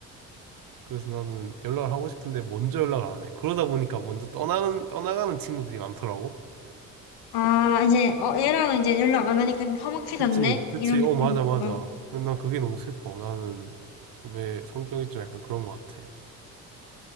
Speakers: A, on the right; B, on the left.
A: 그래서 나는 연락을 하고 싶은데 먼저 연락을 안 해. 그러다 보니까 먼저 떠나는 떠나가는 친구들이 많더라고.
B: 아, 이제, 어, 얘랑 이제 연락 안 하니까 좀 서먹해졌네?
A: 그치 그치
B: 이런
A: 어
B: 느낌으로다
A: 맞아 맞아. 난 그게 너무 슬퍼. 나는 왜 성격이 좀 약간 그런 것 같아.